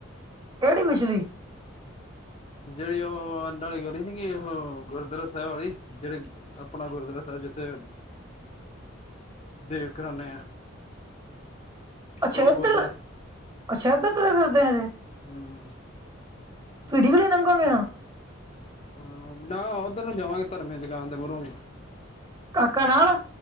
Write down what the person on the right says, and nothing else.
ਕੇੜੀ ਪਿਛਲੀ।
<unintelligible>
ਅੱਛਾ
ਏਧਰ-ਅੱਛਾ
ਏਧਰ ਤੁਰੇ ਫਿਰਦੇ ਹਜੇ।
ਭੀੜੀ ਗਲੀ ਲਗੋਗੇ ਹੁਣ।
ਕਾਕਾ ਨਾਲ ਐ